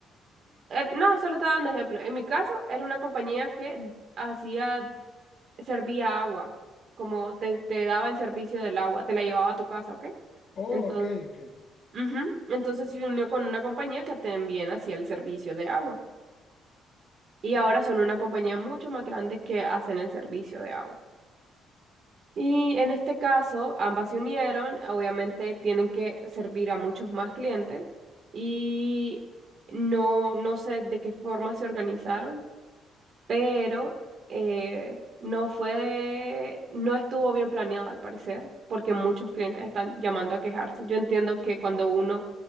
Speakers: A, on the right; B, on the left.
A: no, solo estaba dando ejemplo. En mi caso, era una compañía que hacía, servía agua, como te, te daba el servicio del agua, te la llevaba a tu casa, ¿ok?
B: Oh,
A: Entonces,
B: ok, ok.
A: ujú, Entonces se unió con una compañía que también hacía el servicio de agua. Y ahora son una compañía mucho más grande que hacen el servicio de agua. Y en este caso, ambas se unieron, obviamente tienen que servir a muchos más clientes y no, no sé de qué forma se organizaron, pero eh, no fue, no estuvo bien planeado al parecer, porque muchos clientes están llamando a quejarse. Yo entiendo que cuando uno